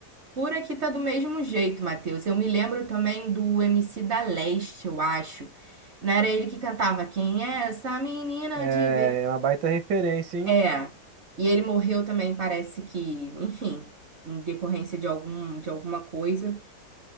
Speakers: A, on the right; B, on the right.
A: Por aqui tá do mesmo jeito, Matheus. Eu me lembro também do MC da Leste, eu acho. Não era ele que cantava Quem é essa menina
B: É
A: de ver?
B: é uma baita referência, hein?
A: É. E ele morreu também, parece que, enfim, em decorrência de algum, de alguma coisa.